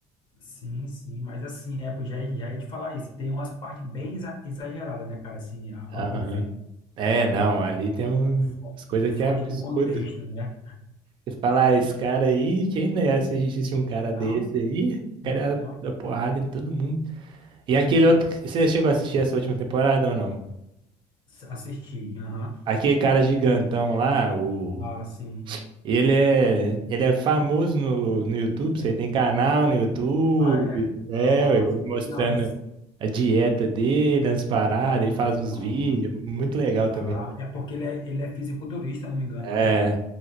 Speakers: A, on the left; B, on the right.
A: sim, sim, mas assim, é, pô, já, ia- já ia te falar isso. Tem umas partes bem exa- exageradas, né, cara, assim, a- ao
B: Aham.
A: meu ver,
B: É, não,
A: e,
B: ali tem um-
A: que fo-
B: umas coisas
A: que foge
B: que é absurdo.
A: do contexto, né?
B: Você fala, ah, esse cara aí, quem dera se existisse um cara
A: Então,
B: desse aí, o
A: Então,
B: cara ia dar porrada em todo mundo. E aquele
A: ele
B: outro. que- Você chegou a assistir essa última temporada ou não?
A: assisti, aham.
B: Aquele cara gigantão lá, o.
A: Ah, sim.
B: Ele é, ele é famoso no, no YouTube,
A: Ele-
B: você tem canal no YouTube,
A: ah, é?
B: é,
A: Ah,
B: ele
A: sabia
B: mostrando
A: não. Eu,
B: a dieta dele, as paradas,
A: ah,
B: ele
A: é.
B: faz uns
A: Ah,
B: vídeos, muito legal
A: tá.
B: também.
A: é porque ele é, ele é fisiculturista, não me engano,
B: É,
A: né?